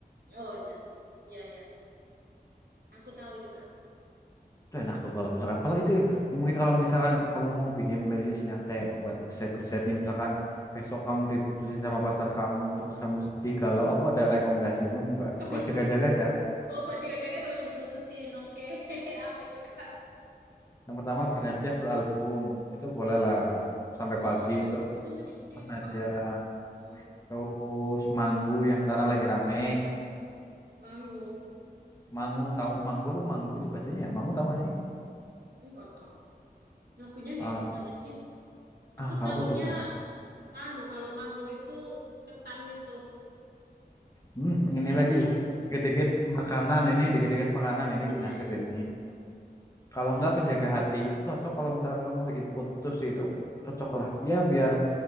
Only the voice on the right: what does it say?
Oh ya ya ya. Aku tahu itu Kak.
Apa
itu?
Oh, Pak Jaga-Jaga kalau aku diputusin. Oke. <laughs> Apa itu Kak?
Oh
ya
itu itu sedih-sedih
itu Kak. Heeh.
Manggo.
Enggak Kak. Lagunya kayak
gimana sih? Aku
taunya
anu kalau mango itu ketan itu,
ketan
mangga.
<laughs>